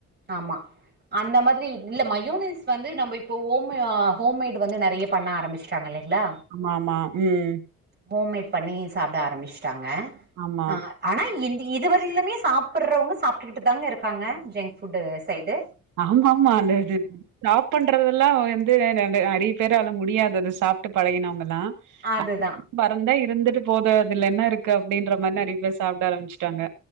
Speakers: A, on the right; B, on the right.
A: ஆமா அந்த மாதிரி இல்ல மையோனஸ் வந்து நம்ம இப்போ ஹோம்மு ஹோம்மேடு் வந்து நறைய பண்ண ஆரம்பிச்சுட்டாங்க இல்லைங்ளா
B: ஆமா ஆமா ம்
A: ஹோம்மேட் பண்ணி சாப்பிட ஆரம்பிச்சுட்டாங்க
B: ஆமா.
A: ம் அ ஆனா இந்து இது வரையிலுமே சாப்பிட்றவங்க சாப்பிட்டுக்கிட்டு தாங்க இருக்காங்க ஜங்க் ஃபுட் சைடு
B: ஆமா ஆமா அந்த இது றாப் பண்றதெல்லா வந்து நறை அ நறைய பேர்ரால முடியாதது சாப்ட்டு பழகினவங்கல்லா
A: அதுதா
B: அ பறந்தா இருந்துட்டு போது அதுல என்ன இருக்கு அப்டின்ற மாரி தா நறைய பேர் சாப்ட ஆரம்பிச்சுட்டாங்க